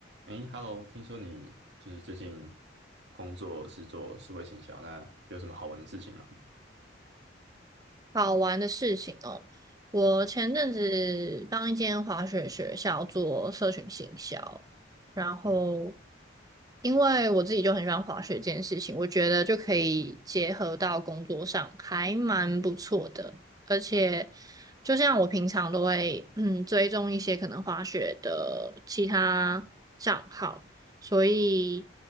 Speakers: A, on the right; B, on the right.
A: 诶 h e l l o 听说你就是最近工作是做数位行销，那有什么好玩的事情吗？
B: 好玩的事情哦。我前阵子帮一间滑雪学校做社群行销，然后
A: 嗯，
B: 因为我自己就很喜欢滑雪这件事情，我觉得就可以结合到工作上，还蛮不错的。而且，就像我平常都会嗯追踪一些可能滑雪的其他账号，所以